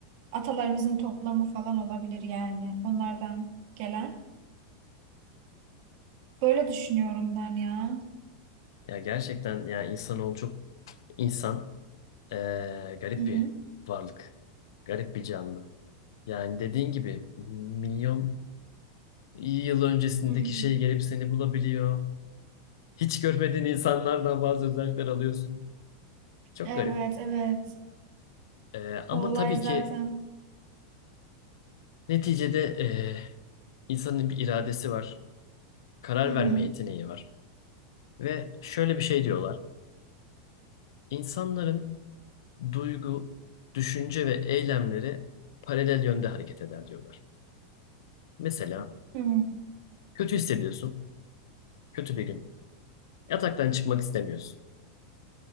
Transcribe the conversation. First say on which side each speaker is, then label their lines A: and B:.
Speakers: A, on the right; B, on the left.
A: Atalarımızın toplamı falan olabilir yani onlardan gelen. Böyle düşünüyorum ben ya.
B: Ya gerçekten yani insanoğlu çok insan eee, garip
A: Hı hı.
B: bir varlık. Garip bir canlı. Yani dediğin gibi milyon yıl öncesindeki
A: Hı hı.
B: şey gelip seni bulabiliyor. Hiç görmediğin insanlardan bazı özellikler alıyorsun. Çok
A: Evet,
B: garip.
A: evet.
B: Eee, ama
A: O olay
B: tabii
A: zaten.
B: ki neticede eee, insanın bir iradesi var. Karar
A: Hı hı.
B: verme yeteneği var. Ve şöyle bir şey diyorlar. İnsanların duygu, düşünce ve eylemleri paralel yönde hareket eder diyorlar. Mesela
A: Hı.
B: kötü hissediyorsun. Kötü bir gün. Yataktan çıkmak istemiyorsun.